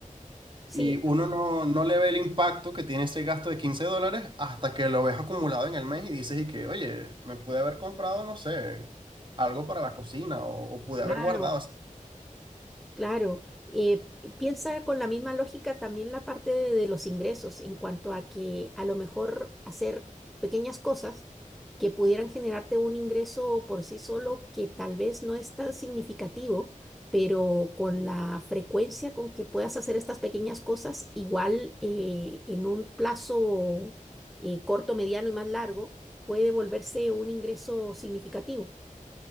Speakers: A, in the centre; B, on the right.
A: sí,
B: Y uno no, no le ve el impacto que tiene ese gasto de 15 dólares hasta que lo ves acumulado en el mes y dices y que, oye, me pude haber comprado, no sé, algo para la cocina o, o pude
A: claro.
B: haber guardado.
A: Claro, eh, piensa con la misma lógica también la parte de, de los ingresos en cuanto a que a lo mejor hacer pequeñas cosas que pudieran generarte un ingreso por sí solo que tal vez no es tan significativo, pero con la frecuencia con que puedas hacer estas pequeñas cosas, igual eh, en un plazo eh, corto, mediano y más largo, puede volverse un ingreso significativo.